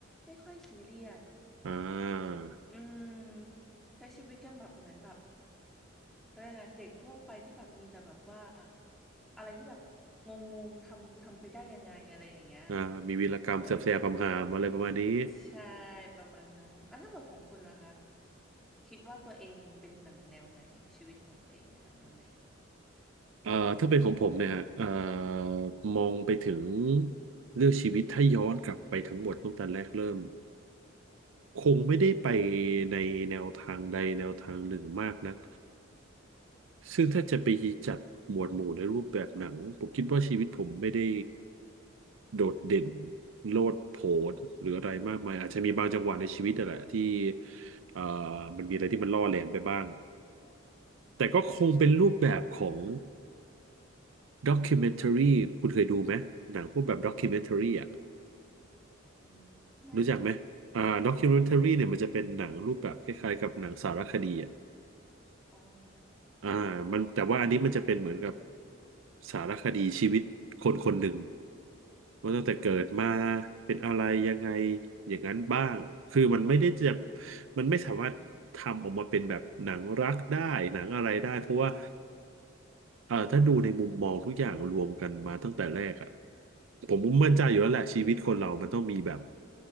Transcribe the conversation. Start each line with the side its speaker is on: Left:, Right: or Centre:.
Centre: ไม่ค่อยซีเรียส
Right: อ่า
Centre: อืมใช้ชีวิตกันแบบเหมือนแบบเขาเรียกไงเด็กทั่วไปที่แบบมีแต่แบบว่าอะไรที่แบบงงงทำทำไปได้ยังไงอะไรอย่างเงี้ย
Right: อ่ามีวีรกรรมแสบๆคำหามอะไรประมาณนี้
Centre: อ่าใช่ประมาณนั้นแล้วถ้าเกิดของคุณล่ะคะคิดว่าตัวเองเป็นหนังแนวไหนชีวิตของตัวเองเป็นหนังแนวไหน
Right: เอ่อถ้าเป็นของผมเนี่ยฮะเอ่อมองไปถึงเลือกชีวิตถ้าย้อนกลับไปทั้งหมดตั้งแต่แรกเริ่มคงไม่ได้ไปในแนวทางใดแนวทางหนึ่งมากนักซึ่งถ้าจะไปจัดหมวดหมู่ในรูปแบบหนังผมคิดว่าชีวิตผมไม่ได้โดดเด่นโลดโผนหรืออะไรมากมายอาจจะมีบางจังหวะในชีวิตนั่นแหละที่เอ่อมันมีอะไรที่มันล่อแหลมไปบ้าง
Centre: อืม
Right: แต่ก็คงเป็นรูปแบบของด็อก m ิเมน r รีคุณเคยดูไหมหนังพวกแบบด็อก m ิเมน r รีอ่ะ
Centre: อืมไม่
Right: รู้จักไหมอ่าด็อก m ิเมน r รีเนี่ยมันจะเป็นหนังรูปแบบคล้ายๆกับหนังสารคดีอ่ะ
Centre: อ๋อ
Right: อ่ามันแต่ว่าอันนี้มันจะเป็นเหมือนกับสารคดีชีวิตคนคนหนึ่งว่าตั้งแต่เกิดมา
Centre: อืม
Right: เป็นอะไรยังไงอย่างนั้นบ้างคือมันไม่ได้จะมันไม่สามารถทำออกมาเป็นแบบหนังรักได้หนังอะไรได้เพราะว่า เอ่อถ้าดูในมุมมองทุกอย่างรวมกันมาตั้งแต่แรกอะผมมั่นใจอยู่แล้วแหละชีวิตคนเรามันต้องมีแบบ